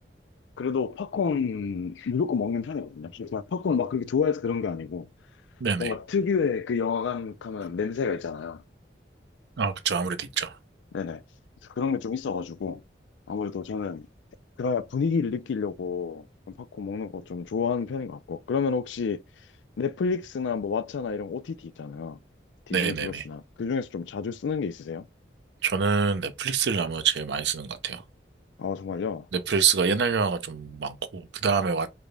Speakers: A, on the left (about 85°); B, on the right (about 75°).
A: 그래도 팝콘 무조건 먹는 편이거든요. 막 팝콘을 막 그렇게 좋아해서 그런 게 아니고
B: 네네.
A: 뭔가 특유의 그 영화관 가면 냄새가 있잖아요.
B: 아, 그쵸. 아무래도 있죠.
A: 네네. 그런 게 좀 있어가지고, 아무래도 저는 그래야 분위기를 느끼려고 좀 팝콘 먹는 거 좀 좋아하는 편인 것 같고. 그러면 혹시 넷플릭스나 뭐 왓챠나 이런 OTT 있잖아요. 디즈니
B: 네네네.
A: 플러스나. 그 중에서 좀 자주 쓰는 게 있으세요?
B: 저는 넷플릭스를 아마 제일 많이 쓰는 것 같아요.
A: 아, 정말요?
B: 넷플릭스가 옛날 영화가 좀 많고, 그 다음에 왓